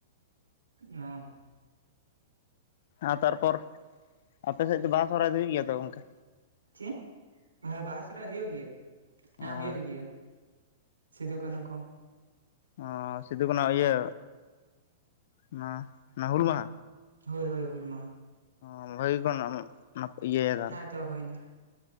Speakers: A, on the right; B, on the left.
A: ᱚ
B: ᱟᱨ ᱛᱟᱨᱯᱚᱨ ᱟᱯᱮ ᱥᱮᱫ ᱫᱚ ᱵᱟᱦᱟ ᱥᱚᱦᱨᱟᱭ ᱫᱚ ᱦᱩᱭᱩᱜ ᱜᱮᱭᱟ ᱛᱚ ᱜᱚᱝᱠᱮ
A: ᱪᱮᱫ ᱦᱮᱸ ᱵᱟᱦᱟ ᱥᱚᱦᱨᱟᱭ ᱦᱳᱭᱳᱜ ᱜᱮᱭᱟ ᱦᱮᱸ
B: ᱚ
A: ᱦᱩᱭᱩᱜ ᱜᱮᱭᱟ ᱥᱤᱫᱩ ᱠᱟᱹᱱᱦᱩ ᱠᱚ
B: ᱚ ᱥᱤᱫᱩ ᱠᱟᱦᱩ ᱤᱭᱟᱹ ᱚᱱᱟ ᱚᱱᱟ ᱦᱩᱞ ᱢᱟᱦᱟ
A: ᱦᱳᱭ ᱦᱳᱭ ᱦᱩᱞ ᱢᱟᱦᱟ
B: ᱚ ᱵᱷᱟᱹᱜᱤ ᱠᱚ ᱚᱱᱟᱢ ᱤᱭᱟᱹᱭᱮᱫᱟ
A: ᱫᱚᱦᱚ ᱦᱩᱭ ᱮᱱᱟ,